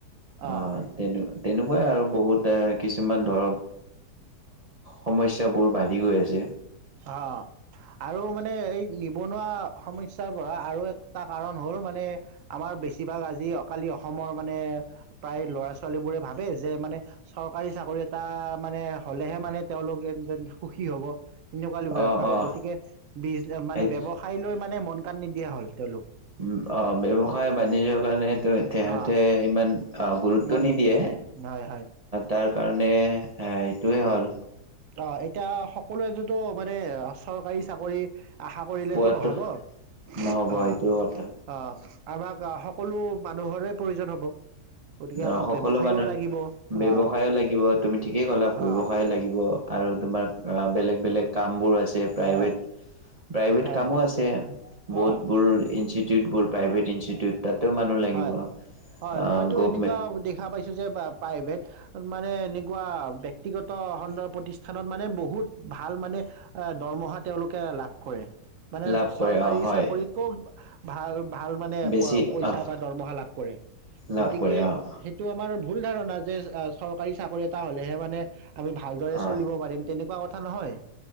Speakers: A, on the right; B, on the right.
A: অ
B: অঁ
A: তেনে। তেনোক । আৰু বহুত এ কিছুমান? ধৰ সমস্যাবোৰ বাঢ়ি গৈ আছে?
B: হ। আৰু মানে এই নিবনুৱা সমস্যাৰ পৰা আৰু এটা কাৰণ হ'ল মানে আমাৰ বেছিভাগ আজি অ কালি অসমৰ মানে প্ৰায় ল'ৰা ছোৱালীবোৰে ভাবে যে মানে চৰকাৰী চাকৰি এটা মানে হলেহে মানে তেওঁলোক সুখী হ'ব? তেনেকুৱা লোকে
A: অ'
B: ভাবে
A: অ'
B: গতিকে বিজ মানে
A: সেইটো
B: ব্যৱসায় লৈ মানে। মানে মন কান নিদিয়া হ'ল তেওঁলোক?
A: উম অ ব্যৱসায় বানিজ্যৰ কাৰনে তেহঁতে
B: আহ
A: ইমান? অ গুৰুত্ব
B: মন
A: নিদিয়ে
B: হয়
A: তাৰ। কাৰণে এ এইটোৱে হ'ল
B: উ অ এতিয়া। সকলোৱে যতো মানে চৰকাৰী চাকৰি? আশা কৰিলেতো
A: পোৱাতো
B: নহ'ব অ
A: নহ'ব
B: অ।
A: এইটো কথা।
B: আমাক সকলো মানুহৰে প্ৰয়োজন হ'ব। গতিকে আমাক
A: অ সকলো
B: ব্যৱসায়ও
A: মানুহ
B: লাগিব
A: ব্যৱসায়ো
B: আহ
A: লাগিব তুমি ঠিকেই ক'লা
B: আহ
A: ব্যৱসায় লাগিব? আৰু তোমাৰ অ বেলেগ বেলেগ কাম বোৰ আছে? যে প্ৰাইভেট।
B: আহ
A: প্ৰাইভেট
B: হয়
A: কামো আছে বহুত
B: আহ
A: বোৰ ই িব <inaudible> প্ৰাইভেট ইনষ্টিটিউট তাতো মানুহ লাগিব
B: হয়
A: আ
B: হয় মইতো এনেকুৱা দেখা পাইছো যে পায় মানে এনেকুৱা ব্যক্তিগত খণ্ড প্ৰতিষ্ঠানত মানে বহুত ভাল মানে দৰমহা তেওঁলোকে লাভ কৰে মানে
A: লাভ
B: চৰকাৰী
A: কৰে অ' হয়
B: চাকৰিতকও ভাল ভাল মানে
A: বেছি
B: পইচা
A: আহ
B: বা দৰমহা লাভ কৰে
A: লাভ
B: গতিকে
A: কৰে অ'
B: সেইটো আমাৰ ভুল ধাৰণা যে চৰকাৰী চাকৰি এটা হলেহে মানে আমি ভালদৰে চলিব
A: অ'।
B: পাৰিম তেনেকুৱা কথা নহয়